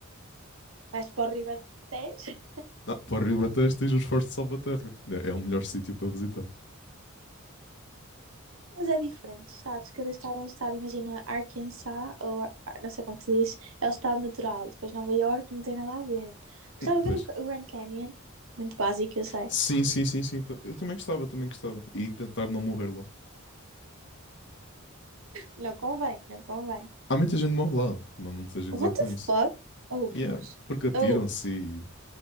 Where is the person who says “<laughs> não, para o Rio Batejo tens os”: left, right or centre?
Left